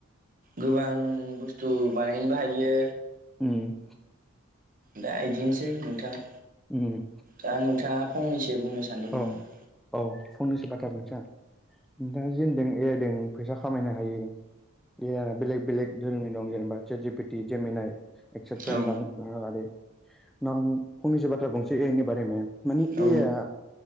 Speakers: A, on the right; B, in the centre.
A: गोबां बुस्थु बानायनोबो हायो।
B: उम
A: दा इदिनोसै नोंथाङा
B: उम
A: दा नोंथाङा फंनैसो बुंनो सानदोंमोन
B: औ
A: नामा?
B: औ फंनैसो बाथ्रा बुंसां। नोंथाङा जे होनदों ए आइ दों फैसा खामायनो हायो। ए आइ आ बेलेग बेलेग धोरोमनि दं जेनेबा set P T Gemini etcetera
A: औ
B: लानो लादो नों फंनैसो बाथ्रा बुंनोसै ए आइ नि बारे नो मानि
A: औ
B: ए आइ आ